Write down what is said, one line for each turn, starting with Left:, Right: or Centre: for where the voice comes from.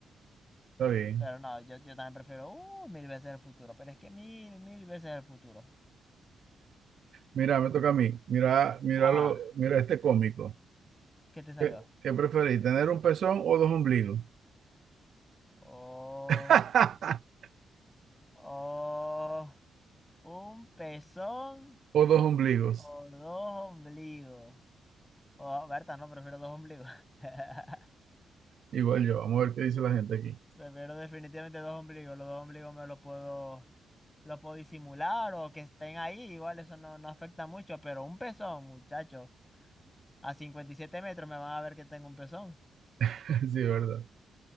Right: Está bien.
Left: Pero no, yo, yo también prefiero uh, mil veces el futuro, pero es que mil, mil veces el futuro.
Right: Mira, me toca a mí. Mira, míralo,
Left: Ajá,
Right: mira este cómico.
Left: ¿qué te salió?
Right: ¿Qué, qué preferís? ¿Tener un pezón o dos ombligos?
Left: Oh,
Right: <laughs>
Left: oh, un pezón
Right: O dos ombligos.
Left: o dos ombligos. Oh, Berta, no, prefiero dos ombligos. <laughs>
Right: Igual yo. Vamos a ver qué dice la gente aquí.
Left: Prefiero definitivamente dos ombligos. Los dos ombligos me los puedo, los puedo disimular o que estén ahí. Igual eso no, no afecta mucho, pero un pezón, muchacho. A 57 metros me van a ver que tengo un pezón.
Right: <laughs> Sí, verdad.